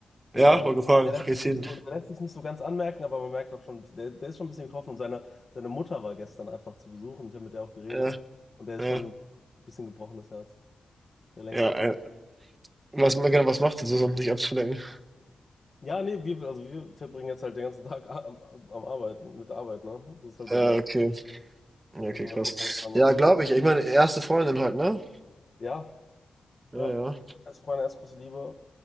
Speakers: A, on the left; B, on the right.
A: Der,
B: Ja, War gefragt.
A: der lässt
B: Jetzt
A: sich
B: hin.
A: nicht so, der lässt sich nicht so ganz anmerken, aber man merkt auch schon, ein bisschen- der, der ist schon ein bisschen getroffen. Und seine, seine Mutter war gestern einfach zu Besuch und ich habe mit der auch geredet.
B: Ja,
A: Und der
B: ja,
A: ist schon ein bisschen gebrochenes Herz. Der lenkt
B: ja,
A: jetzt
B: äh,
A: aber.
B: was genau, was macht ihr so, um dich abzulenken?
A: Ja, nee, wir, also wir verbringen jetzt halt den ganzen Tag am, am Arbeiten, mit der Arbeit, ne? Das ist halt so
B: Ja,
A: die Ab.
B: okay. Ja, okay,
A: Müssen
B: krass.
A: wir mal gucken, was wir machen.
B: Ja, glaube ich. Ich meine, erste Freundin halt, ne?
A: Ja,
B: Ja,
A: ja.
B: ja.
A: Als Freunde, als große Liebe.